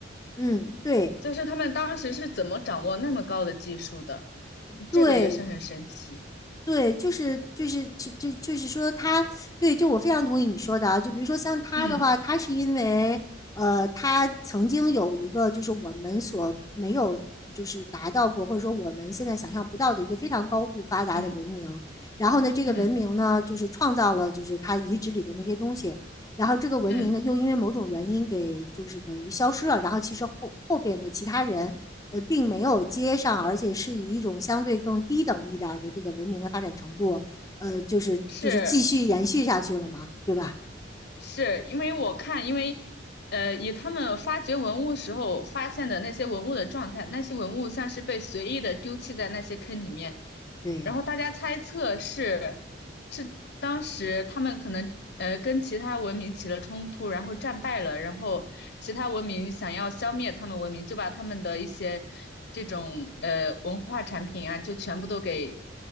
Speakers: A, on the left; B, on the left.
A: 嗯，对。
B: 就是他们当时是怎么掌握那么高的技术的，
A: 对
B: 这个也是很神奇。
A: 对，就是就是就就就是说他，对，就我非常同意你说的啊。就比如说像他的话，
B: 嗯
A: 他是因为呃，他曾经有一个就是我们所没有就是达到过，或者说我们现在想象不到的一个非常高度发达的文明。
B: 嗯
A: 然后呢，这个文明呢，
B: 嗯
A: 就是创造了就是他遗址里的那些东西。然后这个文明呢，
B: 嗯，
A: 又因为某种原因给就是等于消失了。然后其实后后边的其他人呃，并没有接上，而且是以一种相对更低等一点的这个文明的发展程度，呃，就是就是继续延续下去了嘛，
B: 是。
A: 对吧？
B: 是因为我看，因为呃，以他们发掘文物时候发现的那些文物的状态，那些文物像是被随意的丢弃在那些坑里面，
A: 对，
B: 然后大家猜测是是当时他们可能呃跟其他文明起了冲突，然后战败了，然后其他文明想要消灭他们文明，就把他们的一些这种呃文化产品啊，就全部都给